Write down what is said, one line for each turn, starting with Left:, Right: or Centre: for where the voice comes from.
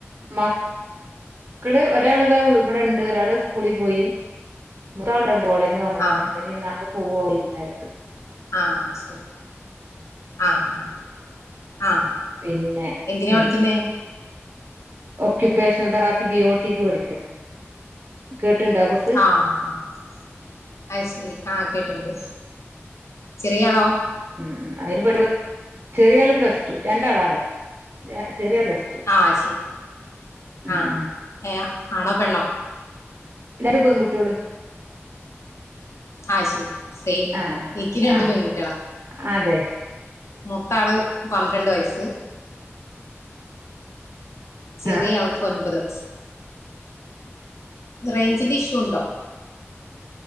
Right: മക് ക്കള് ഒരാൾതാ ഇവ് ഇബ്ടോണ്ട് ഒരാള് സ്കൂളി പോയി മൂത്താള് ഇവ്ടൊണ്ട് ഇപ്പ കോളേന്ന് വന്നതാണ്
Left: ആഹ്
Right: അപ്പനി ഇന്നാത്ത് പോവോള് വൈന്നേരത്ത്
Left: ആഹ് ശരി ആഹ് അഹ് ആഹ്
Right: പിന്നെ
Left: എന്തിനാ
Right: ഉം
Left: പഠിക്കുന്നേ
Right: ഓക്യുപേഷൻ തെറാപ്പി ബി ഒ ടിക്ക് പഠിക്ക കേട്ട്ണ്ടാ കൊ
Left: ആഹ് അഹ് അയ്ശരി ആ കേട്ട്ണ്ട് ചെറിയ ആളോ
Right: ഉം ഉം അയ്ന് പഠിപ് ചെറിയാള് പ്ലസ് ടു രണ്ടാളാണ് ചെറിയാള് പ്ലസ് ടു
Left: ആഹ് ശരി
Right: ഉം
Left: ആഹ് ഏ ആണോ പെണ്ണോ
Right: രണ്ട് പെങ്കുട്ട്യോള്
Left: ആഹ് ശരി സെയിം
Right: ആഹ്
Left: എനിക്ക് രണ്ട്
Right: ആഹ്
Left: പെൺകുട്ടികളാ
Right: അതെ
Left: മൂത്താള് പന്ത്രണ്ട് വയസ്സ് ചെറിയ
Right: ആഹ്
Left: ആൾക്ക് ഒൻപത് വയസ്സ് റേയ്ഞ്ചിന്റ ഇഷ്യൂ ഉണ്ടോ